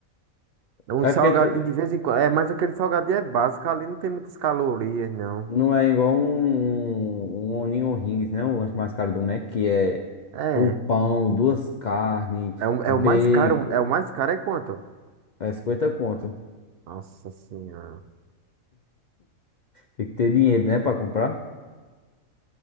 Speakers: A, on the right; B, on the left.
A: Um
B: é
A: salgadinho
B: porque tu
A: de vez em quando. É, mas aquele salgadinho é básico, ali não tem muitas calorias, não.
B: não é igual um, um um Onion Rings, né? O lanche mais caro do Mac, que é
A: É.
B: o pão, duas carnes,
A: É, o- é
B: bacon,
A: o mais caro. É o mais caro é quanto?
B: é 50 conto.
A: Nossa senhora.
B: Tem que ter dinheiro, né, pra comprar?